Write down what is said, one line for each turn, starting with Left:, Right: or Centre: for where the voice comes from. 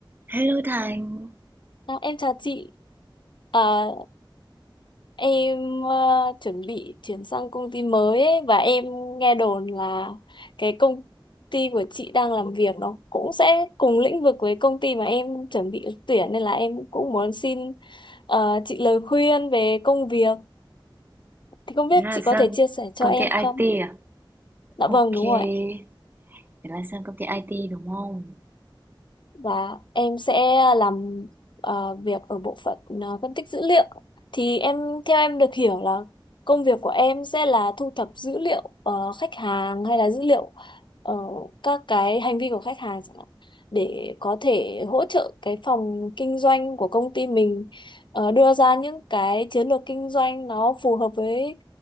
Right: Hello Thành,
Left: À, em chào chị. À, em ờ, chuẩn bị chuyển sang công ty mới ấy, và em nghe đồn là cái công ty của chị đang làm việc nó cũng sẽ cùng lĩnh vực với công ty mà em chuẩn bị ứng tuyển nên là em cũng muốn xin ờ, chị lời khuyên về công việc. Thì không biết
Right: thế là
Left: chị
Right: sang
Left: có thể chia sẻ cho
Right: công
Left: em
Right: ty IT
Left: không?
Right: à?
Left: Dạ
Right: Ok,
Left: vâng, đúng
Right: thế
Left: rồi.
Right: là sang công ty IT đúng không?
Left: và em sẽ làm ờ, việc ở bộ phận ờ, phân tích dữ liệu thì em theo em được hiểu là công việc của em sẽ là thu thập dữ liệu ờ, khách hàng hay là dữ liệu ờ, các cái hành vi của khách hàng chẳng hạn để có thể hỗ trợ cái phòng kinh doanh của công ty mình ờ, đưa ra những cái chiến lược kinh doanh nó phù hợp với